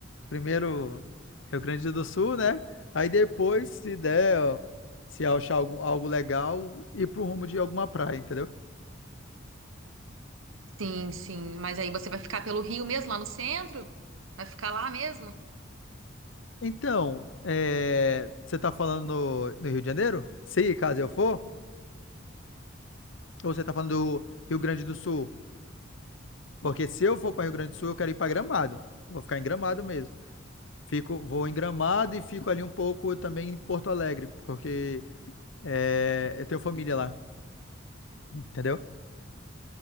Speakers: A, on the left; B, on the right.
A: primeiro Rio Grande do Sul, né? Aí depois, se der, ó, se achar algum, algo legal, ir pro rumo de alguma praia, entendeu?
B: Sim, sim, mas aí você vai ficar pelo Rio mesmo, lá no centro? Vai ficar lá mesmo?
A: Então, é, você está falando no, no Rio de Janeiro? Se caso eu for, ou você está falando do Rio Grande do Sul? Porque se eu for para Rio Grande do Sul, eu quero ir para Gramado. Vou ficar em Gramado mesmo. Fico, vou em Gramado e fico ali um pouco também em Porto Alegre, porque é, eu tenho família lá, entendeu?